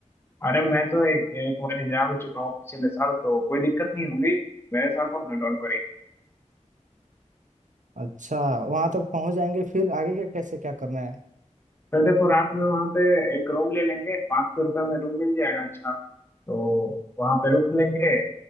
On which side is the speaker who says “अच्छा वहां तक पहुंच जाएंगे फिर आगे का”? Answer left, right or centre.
Right